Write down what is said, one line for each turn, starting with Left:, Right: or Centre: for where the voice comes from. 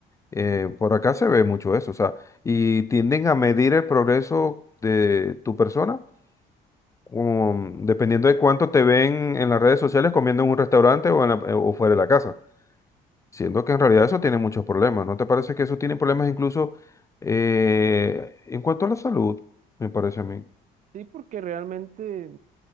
Left: Eh, por acá se ve mucho eso, o sea, y tienden a medir el progreso de tu persona um, dependiendo de cuánto te ven en las redes sociales comiendo en un restaurante o, en la- eh, o fuera de la casa. Siendo que en realidad eso tiene muchos problemas, ¿no te parece que eso tiene problemas incluso eh, en cuanto a la salud? Me parece a mí.
Right: Sí, porque realmente